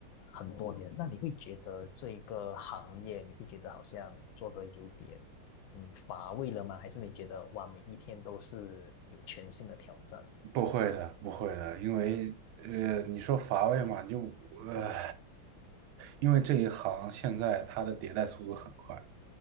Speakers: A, on the left; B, on the right.
A: 很多年，那你会觉得这一个行业，你会觉得好像做的有点嗯乏味了吗？还是你觉得哇，每一天都是有全新的挑战？
B: 不会的，不会的，因为呃，你说乏味嘛，就呃，因为这一行现在它的迭代速度很快，